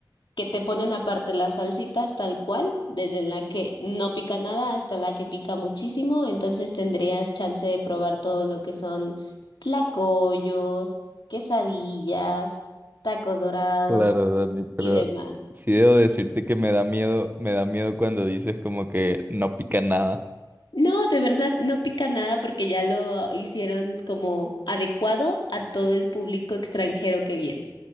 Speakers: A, on the left; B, on the right.
A: que te ponen aparte las salsitas tal cual, desde la que no pica nada hasta la que pica muchísimo, entonces tendrías chance de probar todo lo que son tlacoyos, quesadillas, tacos dorados
B: Claro, Dani, pero
A: y demás.
B: sí debo decirte que me da miedo, me da miedo cuando dices como que no pica nada.
A: No, de verdad no pica nada porque ya lo hicieron como adecuado a todo el público extranjero que viene.